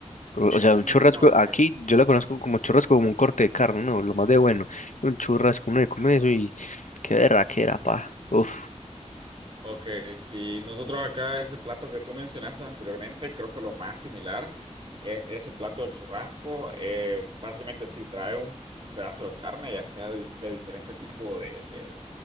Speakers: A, on the left; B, on the right.
A: O, o sea,
B: Mm,
A: un churrasco,
B: No, ok,
A: aquí yo la conozco como churrasco, como un corte de carne, ¿no? Lo más de bueno. Un churrasco, uno le come eso y qué berraquera, pa. Uf.
B: ok, sí, nosotros acá ese plato que tú mencionaste anteriormente, creo que lo más similar es ese plato del churrasco. Eh, básicamente sí, trae un, un pedazo de carne, ya sea de, de diferente tipo de, de